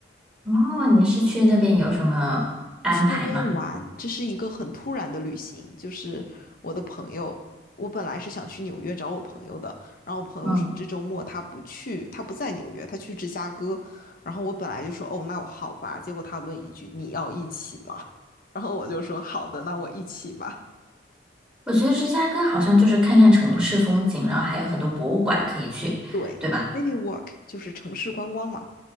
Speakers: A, in the centre; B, on the left.
A: 哦，你是去那边有什么安排吗？
B: 去那边玩，这是一个很突然的旅行。就是我的朋友，我本来是想去纽约找我朋友的，然后我朋友说这周末他不去，
A: 嗯。
B: 他不在纽约，他去芝加哥。然后我本来就说哦，那我好吧。结果他问一句你要一起吗？然后我就说好的，那我一起吧。
A: 我觉得芝加哥好像就是看看城市风景，然后还有很多博物馆可以去，
B: 对，city
A: 对吧？
B: walk 就是城市观光嘛，